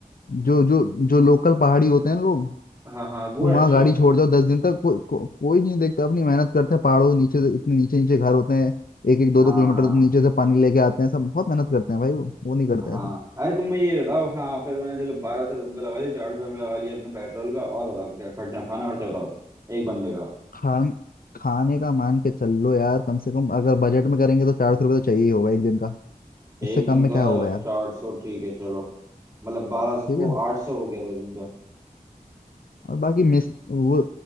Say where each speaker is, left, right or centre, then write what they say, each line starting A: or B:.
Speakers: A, on the left (about 80°); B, on the right (about 25°).
A: जो जो जो लोकल पहाड़ी होते हैं लोग
B: हाँ हाँ वो
A: तुम
B: अच्छे
A: वहाँ गाड़ी
B: होते
A: छोड़
B: हैं
A: जाओ दस दिन तक को, को, कोई नहीं देखता अपनी मेहनत करते हैं पहाड़ों नीचे से- इतने नीचे नीचे घर होते हैं एक एक दो
B: हाँ
A: दो किलोमीटर नीचे से पानी लेके आते हैं सब बहुत मेहनत करते हैं भाई वो वो नहीं करता
B: हाँ
A: ऐसे
B: अरे तुम मुझे ये बताओ हाँ फिर मैंने चलो बारह सौ रूम का लगा लिया चार सौ रुपये लगा लिया अपने पेट्रोल का और बताओ क्या खर्चा खाना खर्चा बताओ एक बंदे का
A: खान खाने का मान के चल लो यार कम से कम अगर बजट में करेंगे तो चार सौ रुपये तो चाहिए ही होगा एक दिन का इससे
B: एक
A: कम
B: दिन
A: में
B: का
A: क्या होगा यार
B: चार सौ ठीक है चलो मतलब बारह
A: ठीक
B: वो
A: है
B: आठ सौ हो गया दो दिन का
A: और बाकी मिस वो